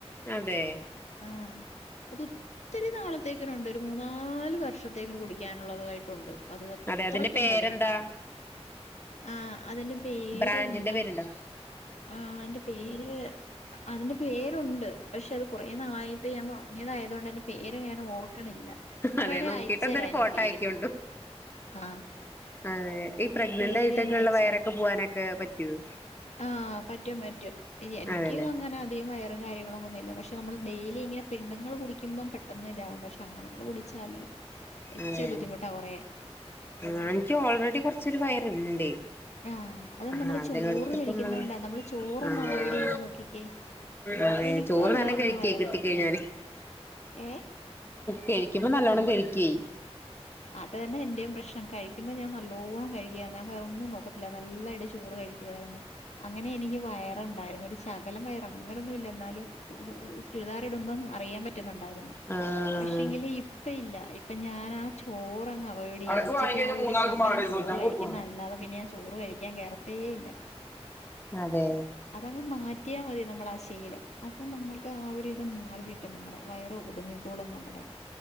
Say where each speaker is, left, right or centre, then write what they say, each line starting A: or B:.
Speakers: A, on the left; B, on the left.
A: അതേ
B: ആഹ് അതൊത്തിരി നാളത്തേക്കിനൊണ്ട് ഒരു മൂന്നാല് വർഷത്തേക്കിന് കുടിക്കാനൊള്ളതാ ട്ടൊണ്ട് അത് അത്രെക്കൊണ്ട്
A: അതെ അതിന്റെ പേരെന്താ
B: അതിനകത്ത് ആഹ് അതിന്റെ പേര്
A: ബ്രാൻഡിന്റെ
B: എന്താ
A: പേരുണ്ടോ
B: ആഹ് അതിന്റെ പേര് അതിന്റെ പേരോണ്ട് പക്ഷെ അത് കൊറേ നാളായിട്ട് ഞാൻ വാങ്ങിയതായതു കൊണ്ട പേര് ഞാന് ഓർക്കണില്ല ഞാൻ
A: അതെ
B: വേണേ
A: നോക്കിട്ട്
B: അയച്ചരാ
A: എന്തൊരു
B: അതിന്റെ
A: ഫോട്ടോ
B: പേര്
A: അയക്കോണ്ടു
B: ആഹ്
A: അതെ ഈ പ്രഗ്നന്റ്
B: പേര്
A: ആയിട്ടൊക്കെ
B: ഞാൻ അയച്ചരാ
A: ഒള്ള വയറൊക്കെ പോവാനൊക്കെ പറ്റുവോ
B: ആഹ് പറ്റും പറ്റും എനിക്ക്
A: അതെല്ലേ
B: അങ്ങനെ അധികം വയറും കാര്യങ്ങളും പക്ഷെ നമ്മള് ഡെയിലി ഇങ്ങനെ പെണ്ണ്ങ്ങള് കുടിക്കുമ്പോ പെട്ടെന്ന് ഇതാവും പക്ഷെ ആണ്ങ്ങള് കുടിച്ചാല് ഇച്ചിരി
A: അതെ
B: ബുദ്ധിമുട്ടാ കൊറയാൻ
A: ആഹ് എനിക്ക് ഓൾറെഡി കൊറച്ചൊരു വയറ്ണ്ട്
B: ആഹ് അത്
A: ആഹ്
B: നമ്മള്
A: അതിനടുത്ത്പ്പ
B: ചോറ് കഴിക്കുന്നോണ്ടാ
A: നമ്മള്
B: ചോറൊന്ന്
A: ആഹ്
B: അവോയ്ഡ് ചെയ്ത് നോക്കിക്കേ
A: അതെ
B: എനിക്കും
A: ചോറ്
B: ഉണ്ടായിരുന്നു
A: നല്ലം കഴിക്കേ
B: വയറ്
A: കിട്ടിക്കഴിഞ്ഞാല്
B: ഏഹ്
A: കെഴിക്കുമ്പോ നല്ലോണം കെഴിക്കെ
B: അത് തന്നെ എന്റെയും പ്രശ്നം കഴി കുമ്പം ഞാൻ നല്ലോണം കഴിക്കും അന്നേരം വേറെ ഒന്നും നോക്കത്തില്ലാ നല്ലായിട്ട് ചോറ് കഴിക്കുവാരുന്നു അങ്ങനെ എനിക്ക് വയറൊണ്ടാരുന്നു ഒരു ചെ ശകലം വയറ് അങ്ങനൊന്നും ഇല്ല എന്നാലും ചുരിദാർ ഇടുമ്പം അറിയാൻ പ റ്റ്ന്നൊണ്ടാര്ന്ന്
A: ആഹ് ആഹ്
B: പക്ഷെങ്കില് ഇപ്പ ഇല്ല ഇപ്പ ഞാനാ ചോറങ്ങ് അവോയിഡ് ചെയ്തു
A: അനക്ക്
B: ഉച്ചക്ക്
A: വാങ്ങിക്കഴിഞ്ഞാ
B: ആ ഒരു
A: മൂന്നാൾക്ക്
B: ശകലം
A: മാണ്ടേരും
B: ചോറ്
A: നൂറ്റമ്പത്
B: കഴിക്കുന്നതല്ലാതെ
A: ഉറുപ്യ കൊടുക്കണം
B: പിന്നെ ഞാൻ ചോറ് കഴിക്കാൻ കേറത്തേ ഇല്ല
A: അതെ
B: അതങ്ങ് മാറ്റിയാ മതി നമ്മളാ ശീലം അപ്പൊ നമ്മൾക്ക് ആ ഒരിത് മാറി കിട്ടും നമ്മുടെ വയറ് ഒതുങ്ങി ക്കോളും നമ്മുടെ